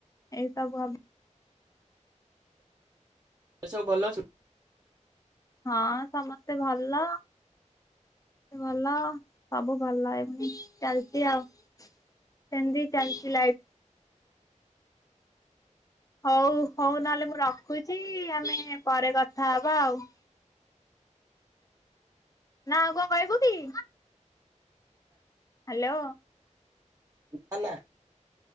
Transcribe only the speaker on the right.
ଏସବୁ ଭଲ ଅଛୁ।
କି ପାଲା